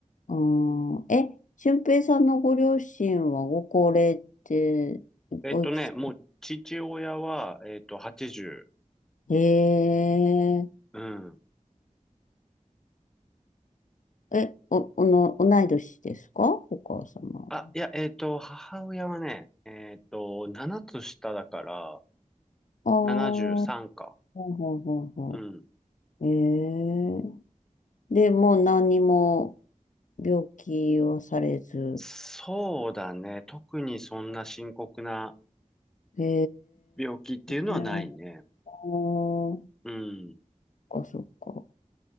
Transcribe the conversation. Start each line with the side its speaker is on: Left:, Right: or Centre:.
Left: あー、え、俊平さんのご両親はご高齢って、
Centre: えっとね、
Left: おいくつ
Centre: もう父親は、えっと、80。
Left: へえ、
Centre: うん。
Left: え、お、おの、同い年ですかお母様。
Centre: あ、いや、えっと、母親はね、えっと、7つ下だから、
Left: ああ、ほ
Centre: 73か。
Left: うほうほうほ
Centre: うん。
Left: う。へえ、で、もう何にも病気はされず。
Centre: そうだね。特にそんな深刻な
Left: へ
Centre: 病気っていうのはないね。
Left: え、あーそ
Centre: うん。
Left: っかそっか。